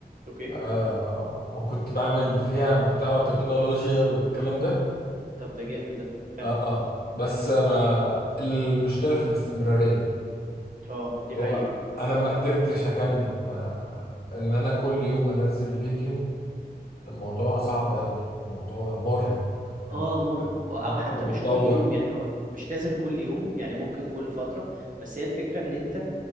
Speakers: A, on the right; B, on the left.
A: اوكي
B: آه وكنت بعمل فيها محتوى تكنولوجيا والكلام ده
A: طب ده جامد ده حلو
B: اه بس ما المشكلة في الاستمرارية
A: اه دي
B: هو
A: حقيقه
B: انا ما قدرتش اكمل ما ان انا كل يوم انزل فيديو الموضوع صعب قوي موضوع مرهق
A: اه
B: ان
A: مرهق او
B: إن انت
A: حتى
B: بتدور
A: مش كل يوم يعني هو مش لازم كل يوم يعني ممكن كل فترة بس هي الفكرة ان انت